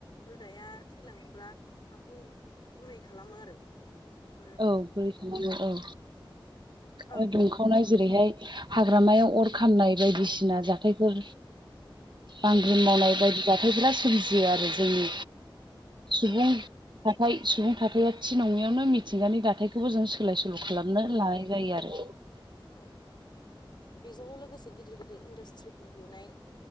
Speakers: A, on the left (about 60°); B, on the right (about 60°).
A: रोदाया थैलाङोब्ला हाखौ गुरै खालामो आरो बेफोरो
B: औ गुरै खालामो औ
A: औ
B: ओ दुंखावनाय जेरैहाय हाग्रामायाव अर खामनाय बायदिसिना जाथायफोर बांग्रि
A: औ
B: मावनाय बायदि दथाय बिाद सोमजियो आरो जोंनि सुबुं
A: औ
B: थाथाय सुबुं थाथाया थि नङियावनो मिथ थिंगानि दाथथायखौबो जों सोलाय सोल' खालामनो लानाय जायो आरो
A: औ बेजों लोगोसे गिदिर गिदिर इन्दास्ट्रिफोर लुनाय